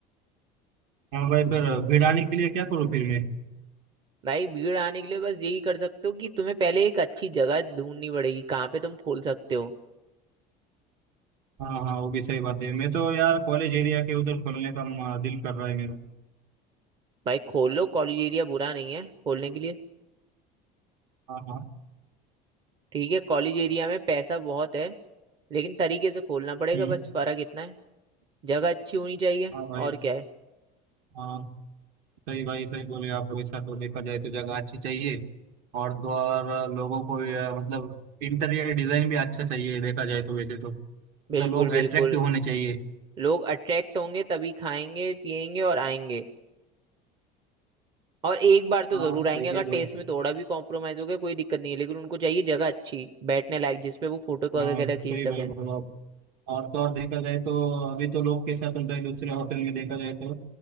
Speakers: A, on the right; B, on the right.
A: हाँ भाई पर भीड़ आने के लिए क्या करूँ फिर मैं
B: भाई भीड़ आने के लिए बस यही कर सकते हो कि तुम्हें पहले एक अच्छी जगह ढूंढनी पड़ेगी कहाँ पे तुम खोल सकते हो
A: हाँ हाँ वो भी सही बात है मैं तो यार कॉलेज एरिया के उधर करने का म- दिल कर रहा है मेरा
B: भाई खोल लो कॉलेज एरिया बुरा नहीं है खोलने के लिए
A: हाँ हाँ
B: ठीक है कॉलेज एरिया में पैसा बहुत है लेकिन तरीके से खोलना पड़ेगा
A: हम्म
B: बस फर्क इतना है जगह अच्छी होनी चाहिए
A: हाँ भाई
B: और क्या है
A: हाँ सही भाई सही बोले आप वैसा तो देखा जाए तो जगह अच्छी चाहिए और तो और लोगों को ये, मतलब इंटीरियर डिजाइन भी अच्छा चाहिए देखा जाए तो वैसे तो मतलब
B: बिल्कुल
A: लोग
B: बिल्कुल
A: अट्रैक्टिव होने चाहिए
B: लोग अट्रैक्ट होंगे तभी खाएंगे पिएंगे और आएंगे और एक बार तो
A: हाँ
B: जरूर
A: सही
B: आएंगे अगर
A: है भाई
B: टेस्ट में थोड़ा भी कॉम्प्रोमाइज हो गया कोई दिक्कत नहीं है लेकिन उनको चाहिए जगह अच्छी बैठने लायक जिसपे वो फोटो
A: हाँ
B: वगैरह खींच
A: सही
B: सकें
A: भाई बोला आप। और तो और देखा जाए तो अभी तो लोग कैसा चल रहा है दूसरे होटल में देखा जाए तो